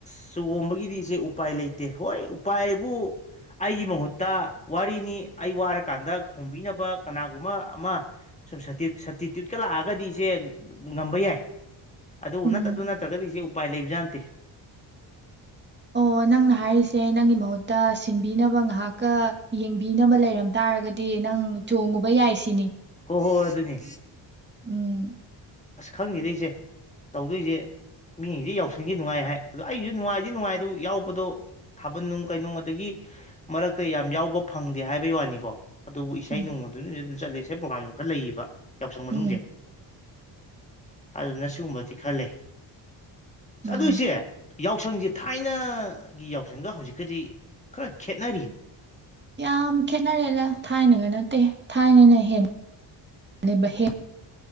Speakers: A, on the left; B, on the right.
A: ꯆꯣꯡꯕꯒꯤꯗꯤ ꯏꯆꯦ ꯎꯄꯥꯏ ꯂꯩꯇꯦ ꯍꯣꯏ ꯎꯄꯥꯏꯕꯨ ꯑꯩꯒꯤ ꯃꯍꯨꯠꯇ ꯋꯥꯔꯤꯅꯤ ꯑꯩ ꯋꯥꯔꯀꯥꯟꯗ ꯈꯣꯡꯕꯤꯅꯕ ꯀꯅꯥꯒꯨꯝꯕ ꯑꯃ ꯁꯨꯝ ꯁꯕꯇꯤꯇ꯭ꯌꯨꯠꯀ ꯂꯥꯛꯑꯒꯗꯤ ꯏꯆꯦ ꯉꯝꯕ ꯌꯥꯏ꯫ ꯑꯗꯨꯕꯨ
B: ꯎꯝ
A: ꯅꯠꯇ ꯑꯗꯨ ꯅꯠꯇ꯭ꯔꯒꯗꯤ ꯁꯤ ꯎꯄꯥꯏ ꯂꯩꯕꯖꯥꯥꯠꯅꯇꯦ꯫
B: ꯑꯣ ꯅꯪꯅ ꯍꯥꯏꯔꯤꯁꯦ ꯅꯪꯒꯤ ꯃꯍꯨꯠꯇ ꯁꯤꯟꯕꯤꯅꯕ ꯉꯥꯏꯍꯥꯛꯀ ꯌꯦꯡꯕꯤꯅꯕ ꯂꯩꯔꯝ ꯇꯥꯔꯒꯗꯤ ꯅꯪ ꯆꯣꯡꯉꯨ ꯕ ꯌꯥꯏ ꯁꯤꯅꯤ꯫
A: ꯑꯣ ꯍꯣꯏ ꯍꯣꯏ ꯑꯗꯨꯅꯦ꯫
B: ꯎꯝ꯫
A: ꯑꯁ ꯈꯪꯗꯦꯗꯥ ꯏꯆꯦ ꯇꯧꯗꯣꯏꯖꯦ ꯃꯤꯗꯤ ꯌꯥꯎꯁꯪꯁꯤ ꯅꯨꯡꯉꯥꯏ ꯍꯥꯏ ꯑꯗꯣ ꯑꯩꯁꯨ ꯅꯨꯡꯉꯥꯏꯗꯤ ꯅꯨꯡꯉꯥꯏ ꯑꯗꯨꯕꯨ ꯌꯥꯎꯕꯗꯣ ꯊꯥꯕꯜꯅꯨꯡ ꯀꯩꯅꯨꯡ ꯑꯗꯒꯤ ꯃꯔꯛꯇ ꯌꯥꯝ ꯌꯥꯎꯕ ꯐꯪꯗꯦ ꯍꯥꯏꯕꯩ ꯋꯥꯅꯤꯀꯣ꯫ ꯑꯗꯨꯕꯨ ꯏꯁꯩ
B: ꯎꯝ
A: ꯅꯣꯡꯃꯗꯨꯅ ꯆꯠꯂꯤꯁꯦ ꯄ꯭ꯔꯣꯒꯥꯝꯗꯨ ꯈꯔ ꯂꯩꯌꯦꯕ꯫ ꯌꯥꯎꯁꯪ ꯃꯅꯨꯡꯖꯦ꯫
B: ꯎꯝ
A: ꯑꯗꯨꯅ ꯁꯤꯒꯨꯝꯕꯗꯤ ꯈꯔ ꯂꯩ꯫
B: ꯃꯥꯅꯤ
A: ꯑꯗꯨ ꯏꯆꯦ ꯌꯥꯎꯁꯪꯖꯦ ꯊꯥꯏꯅꯒꯤ ꯌꯥꯎꯁꯪꯒ ꯍꯧꯖꯤꯛꯀꯗꯤ ꯈꯔ ꯈꯦꯠꯅꯔꯦꯅꯦ꯫
B: ꯌꯥꯝ ꯈꯦꯠꯅꯔꯦꯗ ꯊꯥꯏꯅꯒ ꯅꯠꯇꯦ ꯊꯥꯏꯅꯅ ꯍꯦꯟ ꯂꯦꯝꯕ ꯍꯦꯜ